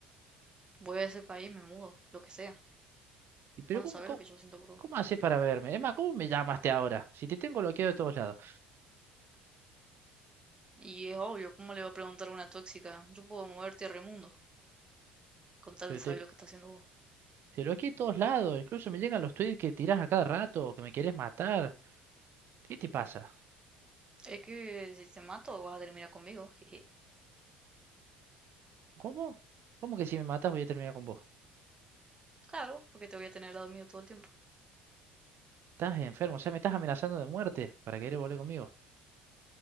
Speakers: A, on the right; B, on the right.
A: voy a ese país, me mudo, lo que sea.
B: ¿Y pero
A: Vos
B: cómo,
A: no sabés
B: cómo,
A: lo que yo siento por vos.
B: cómo haces para verme? Emma, ¿cómo me llamaste ahora? Si te tengo bloqueado de todos lados.
A: Y es obvio, ¿cómo le va a preguntar a una tóxica? Yo puedo moverte a remundo, con tal
B: Pero
A: de saber
B: te,
A: lo que está haciendo vos.
B: te bloqueé de todos lados. Incluso me llegan los tweets que tirás a cada rato, que me querés matar. ¿Qué te pasa?
A: Es que si te mato, vas a terminar conmigo. <laughs> Jeje.
B: ¿Cómo? ¿Cómo que si me matás voy a terminar con vos?
A: Claro, porque te voy a tener al lado mío todo el tiempo.
B: Estás enfermo, o sea, me estás amenazando de muerte para querer volver conmigo.